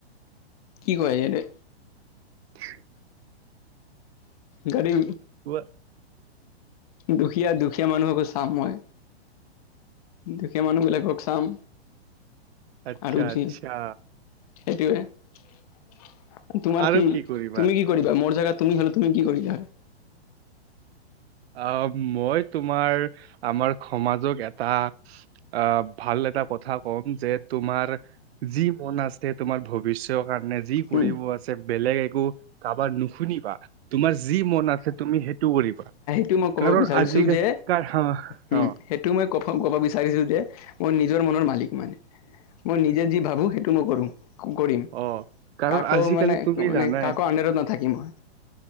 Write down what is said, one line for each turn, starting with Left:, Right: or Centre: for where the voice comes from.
Left: কি কয় যে
Right: <inaudible>
Left: গাড়ী।
Right: ক <inaudible>
Left: দুখীয়া-দুখীয়া মানুহকো চাম মই। দুখীয়া মানুহ বিলাকক চাম।
Right: আচ্ছা-আচ্ছা।
Left: আৰু যি সেইটোৱে। তোমাৰ
Right: আৰু
Left: কি,
Right: কৰিবা
Left: তুমি কি কৰিবা? মোৰ জেগাত তুমি হলে তুমি কি কৰিলা হয়?
Right: অ', মই তোমাৰ আমাৰ সমাজক এটা আহ, ভাল এ কথা কম যে তোমাৰ যি মন আছে তোমাৰ ভৱিষ্যত কাৰণে যি কৰিব
Left: উম
Right: আছে বেলেগ একো কাৰোবাৰ নুশুনিবা। তোমাৰ যি মন আছে তুমি সেইটো কৰিবা।
Left: সেই টো ক'ব
Right: কাৰণ
Left: বিচাৰিছো
Right: আজিকালি
Left: যে,
Right: কাৰ হা
Left: হুম
Right: অ
Left: সেইটো ক'ব বিচাৰিছো যে মই নিজৰ মনৰ মালিক মানে। মই নিজে যি ভাবো সেইটো মইকৰো। কৰিম
Right: অ কাৰণ
Left: কাকো
Right: আজিকালি
Left: মানে-মানে
Right: তুমি জানাই
Left: কাকো আডাৰত নাথাকিম মই।